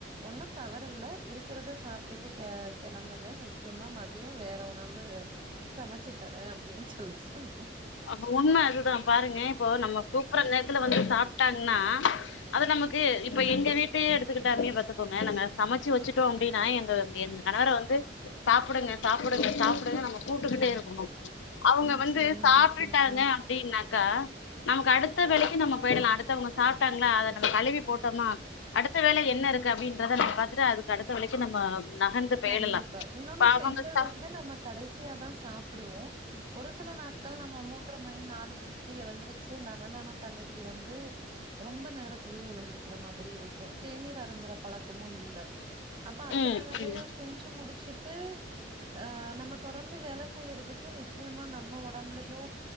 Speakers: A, on the right (about 30°); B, on the left (about 85°).
A: ஒன்னு தவறில்ல இருக்றத சாப்ட்டுட்டு கெ கெளம்புங்க நிச்சயமா ம தியோ வேற உணவு சமச்சு தரே அப்டின் சொல்லி சொன்
B: அப்ப உண்ம அதுதா பாருங்க இப்போ நம்ம கூப்புற நேரத்துல வந்து சாப்ட்டாங்ன்னா அது நமக்கு இப்ப எங்க வீட்டயே எடுத்துக்கிட்டாமி பாத்துக்கோங்க நாங்க சமச்சு வச்சுட் டோ அப்டின்னா எங்க எங் கணவர வந்து சாப்புடுங்க சாப்புடுங்க சாப்புடுங்க நம்ம கூப்டுகுட்டே இருக்கணு அவுங்க
A: நிச்சயமா
B: வந்து சாப்ட்டுட்டாங்க
A: நிச்சயமா
B: அப்டின்னாக்கா நமக்கு அடுத்த வேலைக்கு நம்ம போய்டலா அடுத்தவங்க சாப்ட்டாங்ளா அத நம்ம கழுவி போட்டோமா அடுத்த வேல என்ன இருக்கு அப்டின்றத நம்ம பாத்துட்டு அதுக்கு அடுத்த வேளைக்கு நம்ம நகர்ந்து போயிடலா
A: கண்டிப்பா இன்னொன்னு
B: இப்ப அவங்க
A: பெண்கள்
B: சா
A: வந்து நமக் கடைசியாதா சாப்புடுவோ ஒரு சில நாட் கள் நம்ம மூண்ற மணி நாலு மணிக்கு எழுந்திருச்சு இந்த அன்னதானத் தன்னைக்கி வந்து ரொம்ப நேரத்துலயே எழுந்திரி கிறமாதிரி இருக்கு தேநீர் அருந்துறப்பழக்கமு இல்ல அப்ப அத்தன
B: ம்
A: வேலைகள்
B: ம்
A: செஞ்சு முடிச்சுட்டு ஆ நம்ம தொடர்ந்து வேல செய்யறதுக்கு நிச்சியமா நம்ம ஒட ஒடம்புலயு